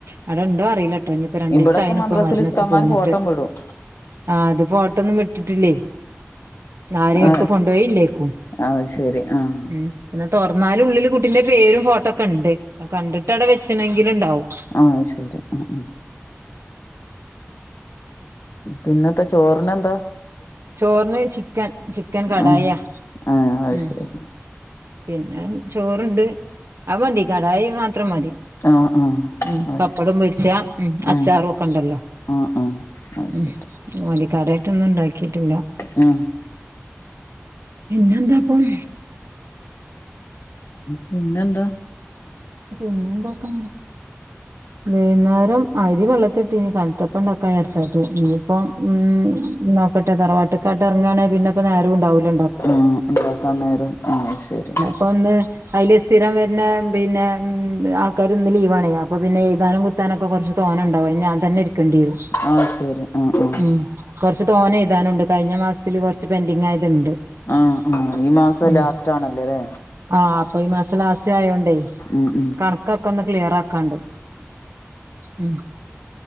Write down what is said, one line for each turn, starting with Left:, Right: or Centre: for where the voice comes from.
Right: അവടെണ്ടോ അറിയില്ലട്ടോ ഇഞ്ഞ്പ്പൊ രണ്ടീസം
Left: ഇവിടൊക്കെ
Right: ആയണ്ണ്
Left: മദ്രസിൽ
Right: ഇപ്പൊ മറന്ന്
Left: ഉസ്താദ്മാര്
Right: വെച്ച് പോന്ട്ട്
Left: ഫോട്ടം വിടും
Right: ആഹ് അത് ഫോട്ടൊന്നും വിട്ട്ട്ടില്ലേ ആരെയും
Left: ആഹ്
Right: എടുത്ത് കൊണ്ടോയില്ലേക്കും
Left: അത് ശരി ആഹ്
Right: ഉം പിന്നെ തുറന്നാലും ഉള്ളില് കുട്ടിന്റെ പേരും ഫോട്ടോ ഒക്കെ ഉണ്ട് കണ്ടിട്ട് അവിടെ വെച്ചണെങ്കിൽ ഇണ്ടാവും
Left: ആയ് ശരി ഉം ഉം പിന്നത്തെ ചോറിന് എന്താ
Right: ചോറിന് ചിക്കൻ ചിക്കൻ കടായി
Left: ആഹ്
Right: ആ
Left: ആഹ് അത്
Right: ഉം
Left: ശരി
Right: പിന്നെ ചോർണ്ട് അത് മതി കടായി മാത്രം മതി.
Left: ആഹ് ആഹ്
Right: ഉ
Left: അത്
Right: പപ്പടം
Left: ശരി
Right: പൊരിച്ച ഉം
Left: ആഹ്
Right: അച്ചാറും ഒക്കെ ഇണ്ടല്ലോ
Left: ആഹ് ആഹ് അത്
Right: ഉ
Left: ശരി
Right: വല്യ കറിയായിട്ടൊന്നും ഉണ്ടാക്കിട്ടില്ല
Left: ആഹ്
Right: പിന്നെ എന്താപ്പം
Left: പിന്നെ എന്താ
Right: പിന്നെ എന്തോക്കാ വൈന്നേരം അരി വെള്ളത്തി ഇട്ടിനി കൽത്തപ്പം ഇണ്ടാക്കാരാച്ച് ഇപ്പം ഉം നോക്കട്ടെ തറവാട്ടക്കാട്ട് ഇറങ്ങാണെ പിന്നെപ്പം നേരവും ഉണ്ടാവുലാ
Left: ആഹ് ഉണ്ടാക്കൻ നേരം ആ അയ് ശരി
Right: അപ്പൊ ഒന്ന് അതില് സ്ഥിരം വരുന്ന പിന്നെ ഉം ആൾക്കാര് ഇന്ന് ലീവവാണെ അപ്പം പിന്നെ എഴുാതാനും കുത്താനൊക്കെ കുറച്ച് തോനെ ഇണ്ടാവും ഞാൻ തന്നെ എടുക്കണ്ടി വരും
Left: ആഹ് ശരി ആഹ് ആഹ്
Right: ഉം കൊറച്ച് തോന്നെ എഴുതാനുണ്ട് കഴിഞ്ഞ മാസത്തിൽ കുറച്ച് പെൻഡിങ് ആയത്ണ്ട് ഉം
Left: ആഹ് ആഹ് ഈ മാസം ലാസ്റ്റ് ആണല്ലേ ല്ലേ
Right: ആ അപ്പൊ ഈ മാസം ലാസ്റ്റ് ആയോണ്ടേയ്
Left: ഉം ഉം
Right: കണക്കൊക്കെ ഒന്ന് ക്ലിയർ ആക്കാണ്ട് ഉം